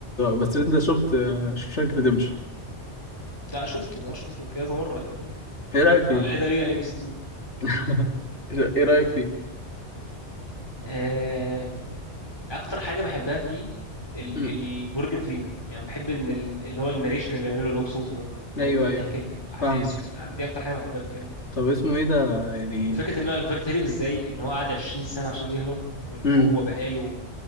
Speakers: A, on the left (about 80°); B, on the left (about 20°).
A: بس أنت شفت شوشانك ريديمشن
B: لا شفته بقى شفته كذا مرة كمان
A: إيه رأيك فيه؟
B: على ده بيجي على ام بي سي 2
A: <laughs> إيه رأيك فيه؟
B: آه، اكتر حاجة بحبها فيه ال-
A: مم.
B: ال- مورجان فريمان يعني بحب ان ال- اللي هو الناريشن اللي بيعمله اللي هو بصوته ده اللي
A: أيوه
B: هو بيقعد
A: أيوه
B: يحكي الاحداث
A: فاهمك
B: وبتاع أنا دي اكتر حاجة بحبها فيه عموماً.
A: طب اسمه إيه ده يعني
B: وفكرة ان هو فكرة هرب ازاي ان هو قعد 20 سنة عشان يهرب وان
A: مم.
B: هو بقاله